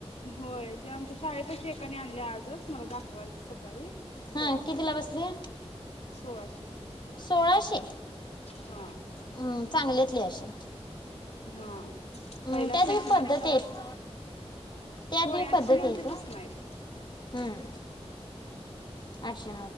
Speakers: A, on the left; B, on the left.
A: होय ते आमच्या शाळेपाशी एकाने आणळे आजच मला दाखवालती सकाळी सोळाशेला
B: हा कितीला बसली?
A: सोळाशे.
B: सोळाशे
A: हा
B: हम् चांगल्यातली असेल.
A: हा
B: हं,
A: पहिला
B: त्यात
A: फॅशन
B: बी पद्धती
A: आली तवाच
B: आहेत त्यात
A: होय
B: बी
A: आठशे
B: पद्धती
A: नऊशे
B: आहेत हं.
A: पासन आहेत.
B: हं, आठशे